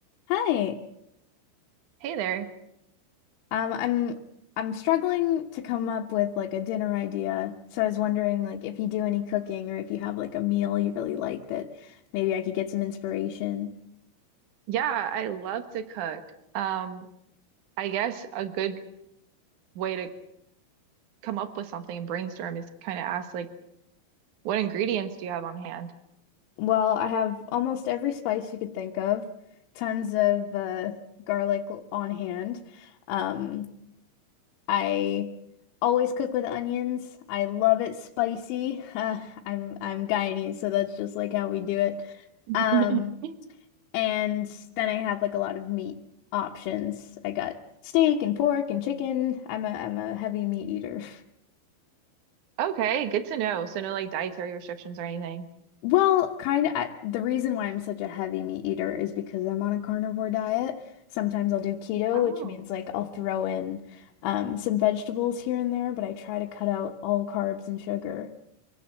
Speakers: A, on the left; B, on the right.
A: Hi.
B: Hey there.
A: Um, I'm I'm struggling to come up with like a dinner idea. So I was wondering like if you do any cooking or if you have like a meal you really like that maybe I could get some inspiration.
B: Yeah, I love to cook. Um, I guess a good way to come up with something and brainstorm is kind of ask like, what ingredients do you have on hand?
A: Well, I have almost every spice you could think of, tons of uh, garlic l- on hand. Um, I always cook with onions. I love it spicy. <laughs> Uh, I'm I'm Guyanese, so that's just like how we do it.
B: <laughs>
A: Um, And then I have like a lot of meat options. I got steak and pork and chicken. I'm a I'm a heavy meat eater. <laughs>
B: Okay, good to know. So no like dietary restrictions or anything.
A: Well, kind of, I, the reason why I'm such a heavy meat eater is because I'm on a carnivore diet. Sometimes I'll do keto,
B: Oh,
A: which means like I'll throw in um, some vegetables here and there, but I try to cut out all carbs and sugar.